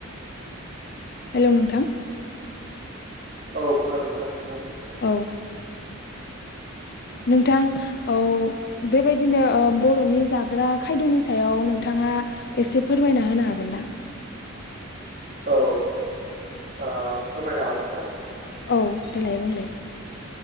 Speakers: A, on the left; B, on the right.
A: हेलौ नोंथां।
B: औ खोनानो नोंथां बुं।
A: औ। नोंथां औ बेबायदिनो बर'नि जाग्रा खायद'नि सायाव नोंथां। नोंथांया एसे फोरमायना होनो हागोन ना।
B: औ फोरमायनो हागोन नोंथां।
A: औ देलाय बुंलाय।